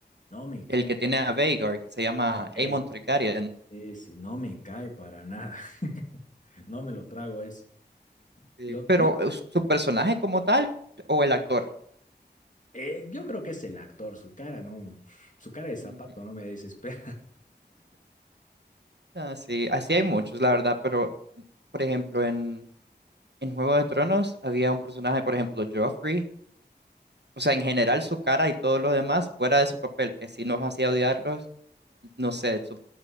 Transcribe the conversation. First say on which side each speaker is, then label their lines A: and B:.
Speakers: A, on the left (about 45°); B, on the right (about 70°).
A: No me cae.
B: El que tiene a Vhagar, que se llama
A: eh,
B: Aemon Targaryen,
A: ese, no me cae para nada. <laughs> No me lo trago ese.
B: Sí,
A: Los
B: pero
A: demás,
B: eh, su personaje como tal o el actor.
A: eh, yo creo que es el actor, su cara, ¿no? Su cara de zapato
B: Ujú.
A: no me desespera.
B: Ah, sí, así hay muchos, la verdad, pero por ejemplo, en, en Juego de Tronos había un personaje, por ejemplo, Joffrey, o sea, en general su cara y todo lo demás, fuera de su papel, que sí nos hacía odiarlos, no sé, su-